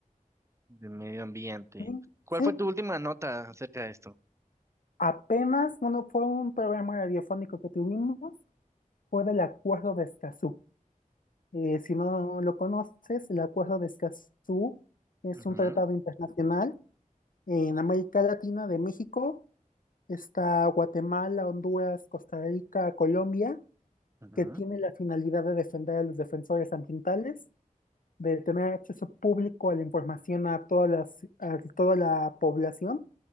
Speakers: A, on the right; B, on the left.
A: de medio ambiente.
B: Sí,
A: ¿Cuál
B: sí,
A: fue tu última nota acerca de esto?
B: apenas, bueno, fue un programa radiofónico que tuvimos, fue del Acuerdo de Escazú. Eh, si no lo conoces, el Acuerdo de Escazú es
A: Ujú,
B: un tratado internacional en América Latina de México. Está Guatemala, Honduras, Costa Rica, Colombia,
A: ujú,
B: que tiene la finalidad de defender a los defensores ambientales, de tener acceso público a la información a, todas las- a toda la población,